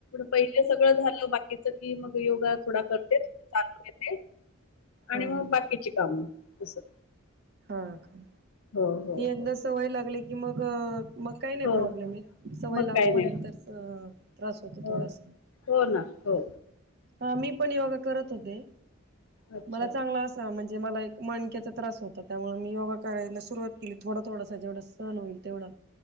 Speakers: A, on the left (about 85°); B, on the right (about 50°).
A: पहिलं सगळं झालं बाकीच की, मग योगा थोडा करते. चालून येते.
B: हा
A: आणि
B: हा
A: मग बाकीची कामं. असं.
B: हा का?
A: हो हो
B: ती एकदा
A: हो
B: सवय लागली की मग मग काही नाही
A: हो
B: प्रॉब्लेम येत. सवय
A: मग
B: लागूपर्यंत
A: काही नाही
B: त्रास होतो
A: हो
B: थोडासा.
A: हो ना. हो.
B: हा मी पण योगा करत होते.
A: अच्छा
B: मला चांगला असा हा म्हणजे मला एक मणक्याचा त्रास होता. त्यामुळे मी योगा करायला सुरुवात केली. थोडा थोडासा जेवढा सहन होईल तेवढा.